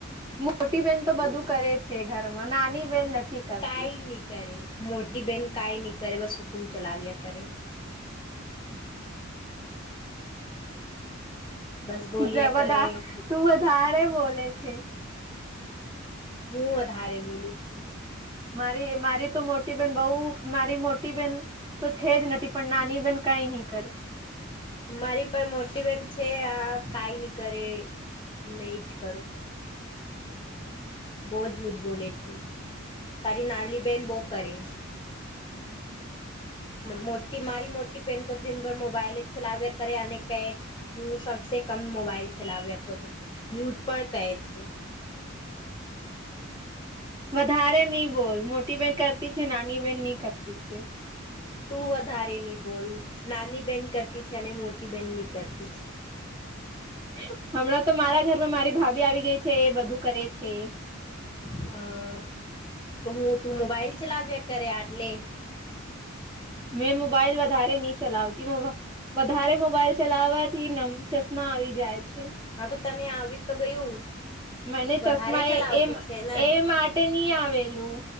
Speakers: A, on the right (about 25°); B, on the left (about 25°).
A: મોટી બેન તો બધું કરે છે ઘરમાં નાની બેન નથી કરતી
B: કાંઇ ની કરે મોટી બેહેન કાઈ નહી કરે બસ હુકુમ ચલાવ્યા કરે
A: <inaudible>
B: બસ બોલ્યા
A: બધા
B: કરે હું
A: તું વધારે બોલે છે
B: હું વધારે બોલું છું
A: મારી મારી તો મોટી બેન બહ મારી મોટી બેન તો છે જ નથી પણ નાની બેન કઈ નહી કર
B: મારી પર મોટી બેન છે આ કઈ નઈ કરે મેચ કરો
A: <inaudible>
B: બહું જૂઠ બોલે તું તારી નાલીબેન બો કરે મોટી મારી મોટી પેન તો દિનભર મોબાઈલ જ ચલાવ્યા કરે અને કહે હું સબસે કમ મોબાઈલ ચલાવેે કરું યુથ પણ ક <inaudible>
A: વધારે નહી બોલ મોટી બેન કરતી છે નાની બેન નહી કરતી છે
B: તું વધારે ની બોલ નાની બેહેન કરતી છે અને મોટી બેહેન ની કરતી છે
A: <inaudible> હમણાં તો મારા ઘરમાં મારી ભાભી આવી ગઈ છે એ બધું કરે છે
B: હમ તો હું તું મોબાઈલ ચલાવ્યા કરે આટલે
A: મેં મોબાઈલ વધારે નહી ચલાવતી વધારે મોબાઈલ ચલાવવાથી નમ ચશ્મા આવી જાય છે
B: હા તો તને આવી તો ગયું
A: મને ચશ્મા
B: વધારે ચલાવતી
A: એ એ
B: છે ને
A: એ માટે નહી આવેલું